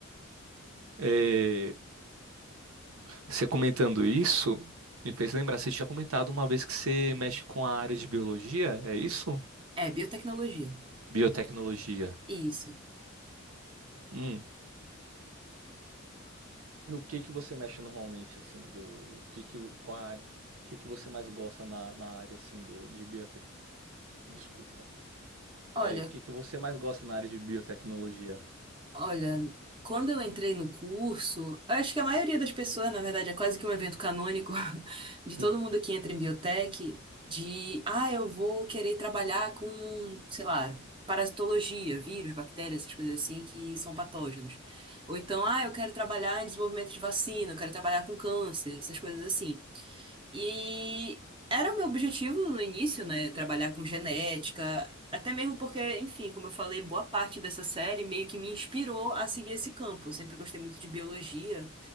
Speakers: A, on the right; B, on the right.
A: É, você comentando isso me fez lembrar, você tinha comentado uma vez que você mexe com a área de biologia, é isso?
B: É, biotecnologia.
A: Biotecnologia.
B: Isso.
A: Hum. O que que você mexe normalmente, assim, do o que que o- qual a área, o que que você mais gosta na, na área, assim, do de biotec... Desculpa.
B: Olha,
A: É, o que que você mais gosta na área de biotecnologia?
B: Olha, quando eu entrei no curso, acho que a maioria das pessoas, na verdade, é quase que um evento canônico <laughs> de todo
A: <laughs> Hum.
B: mundo que entra em biotech, de, ah, eu vou querer trabalhar com, sei lá, parasitologia, vírus, bactérias, essas coisas assim que são patógenos. Ou então, ah, eu quero trabalhar em desenvolvimento de vacina, eu quero trabalhar com câncer, essas coisas assim. E era o meu objetivo no início, né? Trabalhar com genética, até mesmo porque, enfim, como eu falei, boa parte dessa série meio que me inspirou a seguir esse campo. Eu sempre gostei muito de biologia,